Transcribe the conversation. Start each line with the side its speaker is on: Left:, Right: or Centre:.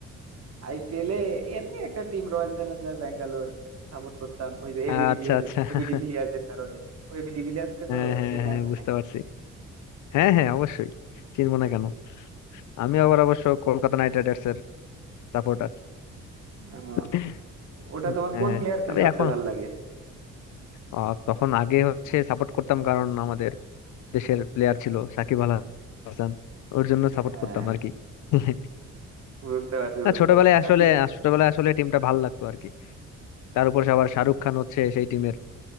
Right: আইপিএল এ এমনি একটা team Royal Challenger Bangalore support করতাম ওই যে এবি
Left: আচ্ছা
Right: ডিভিএল
Left: আচ্ছা <laughs>
Right: এবি ডিভিলিয়ার্স এর কারণে ও এবি ডিভিলিয়ার্স কে
Left: হ্যাঁ
Right: তো
Left: হ্যাঁ
Right: চেনা
Left: হ্যাঁ
Right: আছে
Left: বুঝতে
Right: নাকি
Left: পারছি হ্যাঁ হ্যাঁ অবশ্যই চিনবো না কেন আমি আবার অবশ্য কলকাতা নাইট রাইডার্স এর সাপোর্টার
Right: আহ,
Left: <laughs>
Right: ওটা তোমার
Left: হ্যাঁ
Right: কোন প্লেয়ারকে
Left: তবে
Right: সবচেয়ে
Left: এখন
Right: ভালো লাগে
Left: আহ, তখন আগে হচ্ছে সাপোর্ট করতাম কারণ আমাদের দেশের প্লেয়ার ছিল সাকিব আল হাসান ওর জন্য সাপোর্ট
Right: হ্যাঁ
Left: করতাম আর কি <laughs>
Right: বুঝতে পারছি
Left: না
Right: বুঝতে
Left: ছোটবেলায়
Right: পারছি সাকিব
Left: আসলে ছোটবেলায় আসলে টিমটা ভালো লাগতো আর কি তার উপর আবার শাহরুখ খান হচ্ছে সেই টিমের